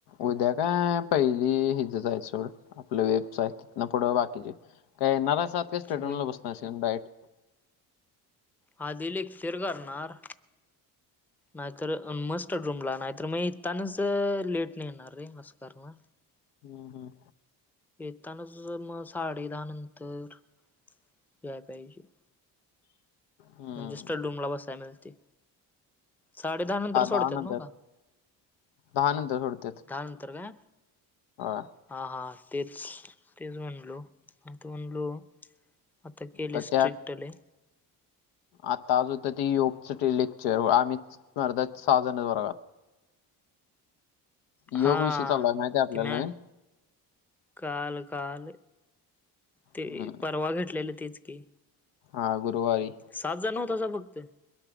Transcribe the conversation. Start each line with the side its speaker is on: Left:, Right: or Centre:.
Left: उद्या काय पहिली हिजच आहे सोड. आपलं वेबच आहे. तिथन पुढं बाकीचे. काय येणार असात का स्टेडयम
Centre: वे
Left: ला बसणार असता डाएट.
Centre: हा दिलीप फिर करणार. नाहीतर मस्टड रूमला. नाहीतर म इतानाच लेट नाही येणार रे. असं करनार.
Left: हं हं.
Centre: येतानाच म साडे दहा नंतर याय पाहिजे.
Left: हम्म.
Centre: म्हणजे स्टड रूमला बसायला मिळते. साडे दहा नंतर सोडतात
Left: दहा नंतर
Centre: नव्ह का?
Left: दहा नंतर सोडत्यात.
Centre: दहानंतर काय?
Left: हा.
Centre: हा हा तेच. तेच म्हणलो. अता म्हणलो आता केली
Left: तर
Centre: स्ट्रिक्ट
Left: त्यात
Centre: लई.
Left: आता आजून तं ते योगच ते लेक्चर. आम्ही स्पर्धा साहाजन जाणार आहे.
Centre: हा.
Left: योग विषय चालू आहे माहिती आहे आपल्याला
Centre: ती मॅ
Left: नवीन
Centre: काल काल ते
Left: हम्म.
Centre: परवा घेतलेलं तेच की.
Left: हा गुरुवारी.
Centre: साहाच जण वतसा फक्त?